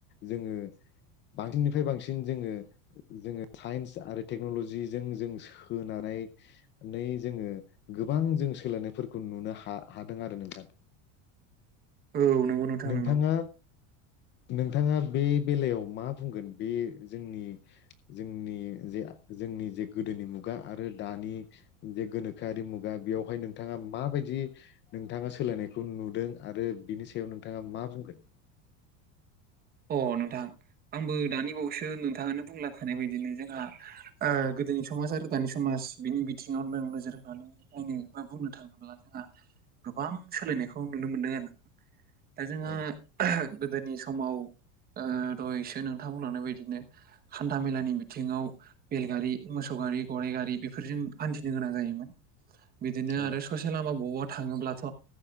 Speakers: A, on the left; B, on the right.
A: जोङो बांसिननिफ्राय बांसिन जोङो जोङो साइन्स आरो टेक्न'लजिजों जों सोनानै जोङो गोबां जों सोलायनायफोरखौ नुनो हा हादों आरो नोंथां
B: औ नोंगौ नोंथां
A: नोंथाङा
B: नोंगौ
A: नोंथाङा बे बेलायाव मा बुंगोन बे जोंनि जोंनि जे जोंनि जे गोदोनि मुगा आरो दानि जे गोनोखोआरि मुगा बेयावहाय नोंथाङा माबायदि नोंथाङा सोलायनायखौ नुदों आरो बिनि सायाव नों आ मा बुंगोन
B: अ नोंथां आंबो दानि बावैसो नोंथाङानो बुंलांखानाय बादिनो जोंहा ओ गोदोनि समाज आरो दानि समाज बिनि बिथिङाव नों नोजोर होनानै नायनो बा बुंनो थाङोब्ला जोंहा गोबां सोलायनायखौ नुनो मोनदों आरो दा जोङो
A: ओं
B: गोदोनि समाव ओ दहायसो नोंथांमोनानो बेदिनो हान्था मेलानि बिथिङाव बेलगारि मोसौ गारि गराइगारि बेफोरजों हान्थिनो गोनां जायोमोन बिदिनो
A: ओं
B: आरो ससेे लामा बु थाङोब्लाथ'